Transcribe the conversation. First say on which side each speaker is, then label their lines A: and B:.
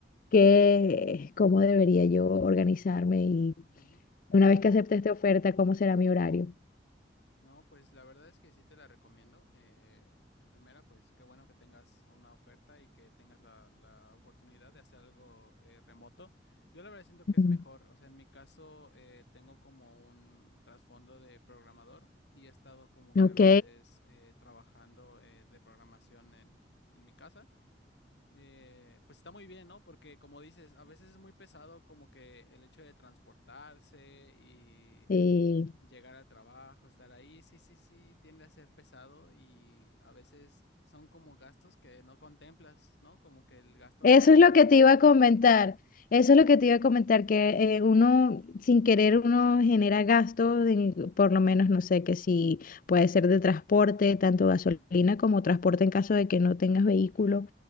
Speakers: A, on the left; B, on the left.
A: que cómo debería yo organizarme y
B: ujú.
A: una vez que acepte esta oferta, cómo será mi horario.
B: No, pues la verdad es que sí te la recomiendo. eh, en primera, pues qué bueno que tengas una oferta y que tengas la, la oportunidad de hacer algo eh, remoto. Yo la verdad siento que es
A: Mm.
B: mejor. O sea, en mi caso eh, tengo como un trasfondo de programador y he estado como que
A: Ok.
B: a veces eh, trabajando eh, de programación en en mi casa. Eh, pues está muy bien, ¿no? Porque como dices, a veces es muy pesado como que el hecho de transportarse y
A: eh,
B: llegar al trabajo, estar ahí, sí, sí, sí, tiende a ser pesado y a veces son como gastos que no contemplas, ¿no? Como que el gasto
A: Eso
B: de, no sé
A: es
B: si,
A: lo
B: a-
A: que te
B: ajá,
A: iba a comentar. Eso es lo que te iba a comentar, que eh, uno sin querer uno genera gastos, en- por lo menos no sé, que si puede ser de transporte, tanto
B: ujú,
A: gasolina como transporte en caso de que no tengas vehículo.